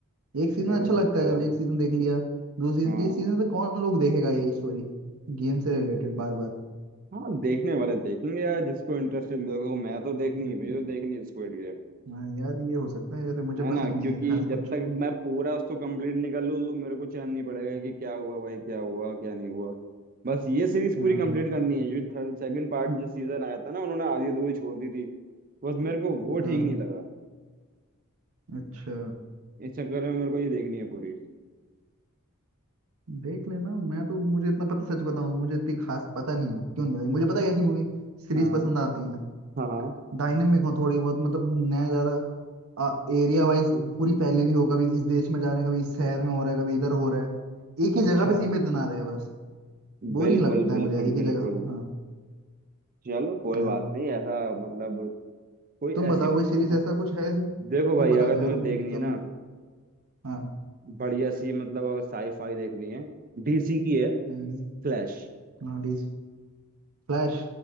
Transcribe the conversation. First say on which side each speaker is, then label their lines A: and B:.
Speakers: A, on the right; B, on the right.
A: एक सीजन
B: हो
A: अच्छा
B: सकता
A: लगता है चलो
B: है
A: एक सीजन देख लिया दूसरी सीजन
B: हाँ
A: तीसरी सीजन तक कौन लोग देखेगा यही स्टोरी गेम से रिलेटेड बार बार
B: हाँ देखने वाले देखेंगे यार जिसको इंटरेस्ट है देखो मैं तो देखनी
A: हम्म
B: है मुझे तो देखनी है स्क्विड गेम
A: हाँ यार ये हो सकता है जैसे मुझे
B: है ना
A: पसंद
B: क्योंकि
A: नहीं है खास
B: जब
A: कुछ
B: तक मैं पूरा उसको कंप्लीट नहीं कर लूँ तो मेरे को चैन नहीं पड़ेगा कि क्या हुआ भाई क्या हुआ क्या नहीं हुआ बस ये सीरीज
A: हाँ
B: पूरी कंप्लीट करनी है जो थर्ड सेकंड पार्ट जो सीजन आया था ना उन्होंने आधी अधूरी छोड़ दी थी बस मेरे को वो ठीक
A: हाँ
B: नहीं लगा
A: अच्छा
B: इस चक्कर में मेरे को ये देखनी है पूरी
A: देख लेना मैं तो मुझे इतना पता सच बताऊं मुझे इतनी खास पता नहीं क्यों नहीं लगी मुझे पता है कैसी मूवी सीरीज
B: हाँ
A: पसंद आती हैं
B: हाँ हाँ
A: डायनेमिक हो थोड़ी बहुत मतलब नया ज्यादा एरिया वाइज पूरी फैली हुई हो कभी इस देश में जा रहे हैं कभी इस शहर में हो रहा है कभी इधर हो रहा है एक
B: अच्छा
A: ही जगह पे सीमित ना रहे बस बोरिंग
B: बिल्कुल
A: लगता है
B: बिल्कुल
A: मुझे यार एक
B: बिल्कुल
A: ही जगह हाँ
B: चलो कोई
A: हाँ
B: बात नहीं ऐसा मतलब कोई
A: तुम बताओ
B: ऐसी
A: कोई सीरीज
B: हाँ
A: ऐसा कुछ है ऐसी
B: देखो भाई
A: तुम बता
B: अगर
A: दो यार
B: तुम्हें देखनी है
A: सब
B: ना
A: हाँ
B: बढ़िया सी मतलब अगर साई फाई देखनी है डीसी की है
A: हम्म,
B: फ्लैश
A: हाँ DC फ्लैश